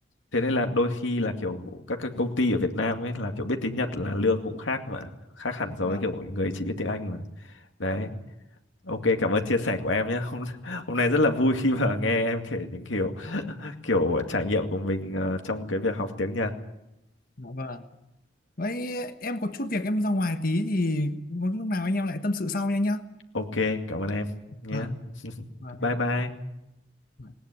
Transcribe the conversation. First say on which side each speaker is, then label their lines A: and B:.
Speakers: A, on the left; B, on the left.
A: Thế nên là đôi khi là kiểu các các công ty ở Việt Nam ấy là kiểu biết tiếng Nhật là lương cũng khác mà khác hẳn so
B: vâng
A: với kiểu người chỉ biết tiếng Anh mà đấy ok cảm ơn chia sẻ của em nhé <laughs> hôm hôm nay rất
B: vâng
A: là vui khi mà nghe em kể những kiểu kiểu trải nghiệm của mình ờ, trong cái việc học tiếng Nhật
B: Dạ vâng. Vậy em có chút việc em ra ngoài tí thì có lúc nào anh em lại tâm sự sau nha anh nhá.
A: ok cảm ơn em nhé
B: Vâng,
A: <laughs>
B: vâng
A: bye
B: em
A: bye
B: chào anh. Dạ.